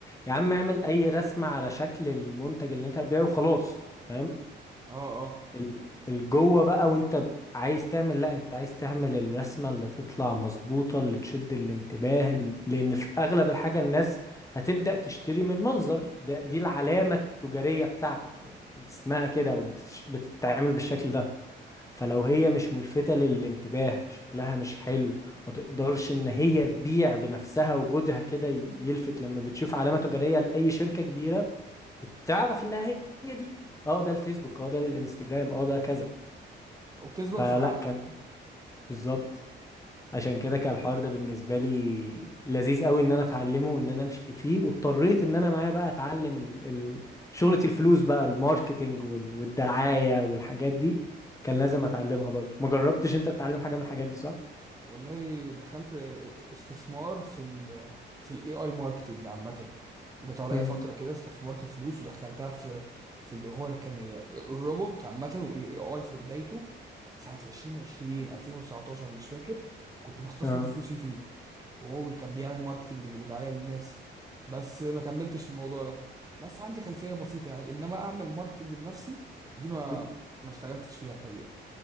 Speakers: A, on the left; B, on the right.
A: يا عم اعمل اي رسمه على شكل المنتج اللي انت هتبيعه وخلاص فاهم؟
B: اه اه
A: ال- الجوه بقى وانت ب- عايز تعمل لا انت عايز تعمل الرسمه اللي تطلع مظبوطه اللي تشد الانتباه ال- لان في اغلب الحاجه الناس هتبدا تشتري من المنظر ده دي العلامه التجاريه بتاعتك يعني اسمها كده وبتتعامل بالشكل ده فلو هي مش ملفته للانتباه شكلها مش حلو ما تقدرش ان هي تبيع بنفسها وجودها كده ي- يلفت لما بتشوف علامه تجاريه لاي شركه كبيره بتعرف انها هي هي دي اه ده الفيسبوك اه ده الانستجرام اه ده كذا
B: وبتثبت
A: فلا
B: في عقلك
A: كان بالظبط عشان
B: يعني
A: كده كان الحوار ده بالنسبة لي لذيذ قوي ان انا اتعلمه وان انا امشي فيه واضطريت ان انا معايا بقى اتعلم ال... ال... شغلة الفلوس بقى الماركتينج وال... والدعاية والحاجات دي كان لازم اتعلمها برضو ما جربتش انت تتعلم حاجة من الحاجات دي صح؟
B: والله دخلت في استثمار في ال في الاي اي ماركتنج عامه جت عليا
A: امم
B: فتره كده استثمرت فلوس ودخلتها في في اللي هو كان الروبوت عامه والاي اي في بدايته سنه 2020 2019 مش فاكر كنت بستثمر
A: اه
B: فلوسي فيه وهو كان بيعمل ماركتنج ودعاية للناس بس ما كملتش في الموضوع ده بس عندي خلفية بسيطة يعني انما اعمل ماركتنج بنفسي دي ما
A: م-
B: ما اشتغلتش فيها الحقيقة